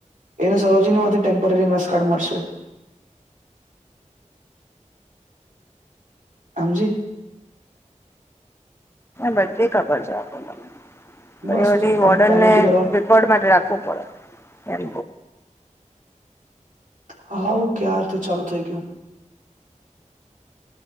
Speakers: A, on the right; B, on the left.
A: એને સરોજીની માંથી ટેમ્પરરી મેસ કાર્ડ મળશે. હમજી.
B: બધે ખબર છે આપ મને ફરી
A: બસ
B: બધી
A: તો આમ
B: ઓર્ડર
A: પેનલ્ટી
B: ને
A: ભરવાનું
B: રેકોર્ડ માટે રાખવું પડે એમ
A: હા હું ક્યારથી ચાલુ થઈ ગયું.